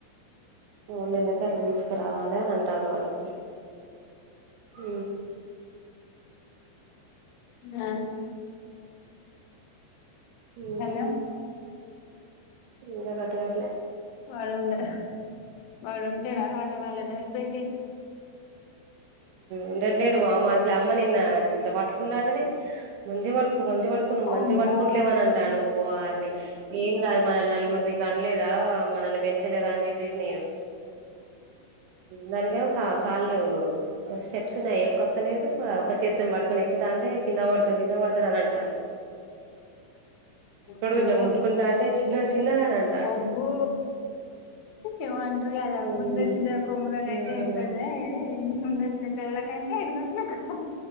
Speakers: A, on the right (about 80°); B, on the left (about 80°).
A: మూడు నెలలకి అట్లా తీసుకురావాలి లా అంటాడు వాడు ఉ
B: ఆ
A: హ
B: హలో
A: ఇకా కట్గా
B: వాడుండా వాడుంటడా హడ వాళ్ళనే వె పెటి
A: అంట అట్లేడు అసలే అమ్మ నిన్న ఇట్లా పట్టుకుంటాండని మంచిగా పట్టుకో మంచి పట్టుకో నువ్వు మంచిగా
B: అబ్బో
A: పట్టుకుంటలేవ అని అంటా నువ్వు వారిని ఏం రాదు మనల్ని నలుగురిని కనలేదా మనల్ని పెంచలేదా అని చెప్పేసి నేను ననకే కా కాలు లో ఆ స్టెప్స్ ఉన్నాయి ఎక్కాఅత్తలేదు ప ఒక చెప్ పటుకని ఎక్కుతానటే కింద పడుతరు కింద పడుతరు తరన్ అంటాను
B: ఉహు
A: ఇట్లా ముట్టుకుంటా అంటే చిన్న చిన్నగాని అంటాండు
B: ఒబ్బు ఏమంటారు కదా
A: హ్మ్
B: ముందు వచ్చిన కొమ్ముగా
A: హ్మ్
B: కంటే ఏం కదా ముందు వచ్చిన సవుల కంటే ఎనుక వచ్చిన